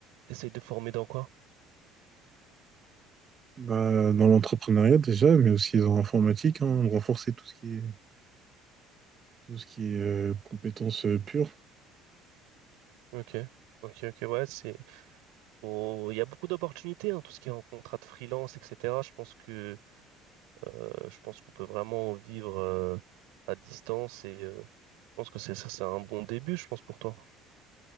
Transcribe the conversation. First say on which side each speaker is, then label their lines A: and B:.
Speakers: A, on the right (about 85°); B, on the right (about 25°).
A: Essaye de former dans quoi?
B: Bah, dans l'entrepreneuriat déjà, mais aussi dans l'informatique, hein, renforcer tout ce qui est, tout ce qui est euh, compétences euh, pures.
A: Ok. Ok, ok, ouais, c'est Faut- Il y a beaucoup d'opportunités, hein, tout ce qui est en contrat de freelance, etc. Je pense que euh, je pense qu'on peut vraiment vivre euh, à distance et euh, je pense que c'est ça, c'est un bon début, je pense, pour toi.